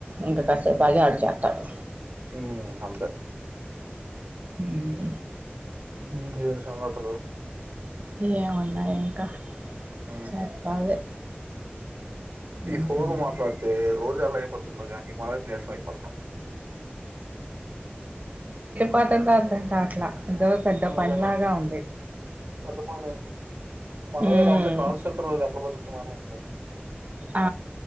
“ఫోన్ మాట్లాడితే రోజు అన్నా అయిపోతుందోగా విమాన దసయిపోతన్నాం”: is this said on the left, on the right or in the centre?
Right